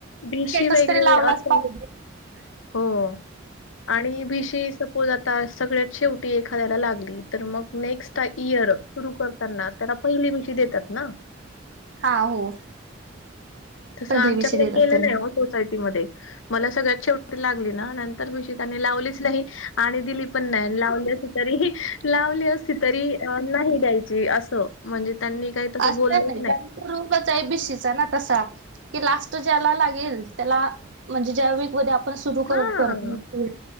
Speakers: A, on the left; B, on the right.
A: भिशी
B: स्टेटस
A: वगैरे
B: तरी लावलाच
A: असं
B: पाहिजे. <inaudible>
A: हो. आणि भीशी सपोज आता सगळ्यात शेवटी एखाद्याला लागली तर मग नेक्स्ट इयर. सुरू करताना त्याना पहिली भीशी देतात ना.
B: हा हो.
A: तसं
B: पहिली
A: आमच्याकडे
B: बिशी देतात
A: केले
B: त्याला
A: नाही हो सोसायटी मध्ये मला सगळ्यात शेवटी लागली ना नंतर भिशी त्यानी लावलीच नाही. आणि दिली पण नाही लावली असती तरी लावली असती तरी नाही द्यायची. अस म्हणजे त्यांनी. काही तसं
B: असं
A: बोललंच
B: काय नाही कारण तो रोंगच आहे बिशीचा ना तसा. कि लास्ट ज्याला लागेल त्याला म्हणजे ज्या व ण सुर करतत
A: हां.